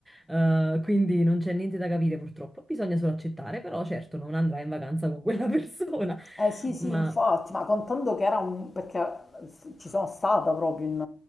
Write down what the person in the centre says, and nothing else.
Eh, quindi non c'è niente da capire purtroppo. Bisogna solo accettare, però certo non andrai in vacanza con quella <laughs> persona,
ma...